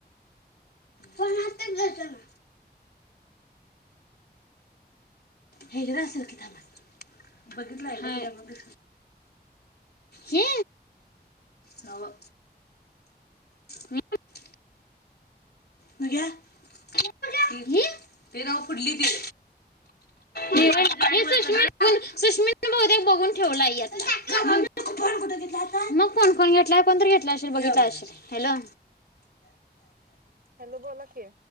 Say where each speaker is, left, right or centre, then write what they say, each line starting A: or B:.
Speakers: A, on the left; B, on the right.
A: पण आता भेटं ना. हेगडं असल की थांबा. बघितलाय काय? हाय. हे? न्हवं. <unintelligible> म ग्या, <unintelligible> तेर अ फुडली ती. ये ये सुष्मिन, सुष्मीन बहुते बघून ठेवला यातला. मग फोन कोण घेतला? कोणतर घेतला असेल बग हीत अशिल. हॅलो.
B: हॅलो बोला की.